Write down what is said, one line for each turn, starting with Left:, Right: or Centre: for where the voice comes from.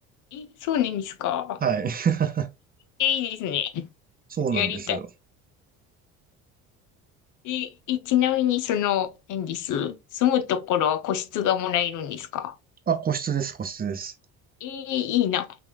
Left: え、そうなんですか。
Right: はい。<laughs>
Left: え、いいですね。<laughs>
Right: そうなんですよ。
Left: やりたい。え、えちなみに、その、何です。住むところは個室がもらえるんですか
Right: あ、個室です、個室です。
Left: え、いいな。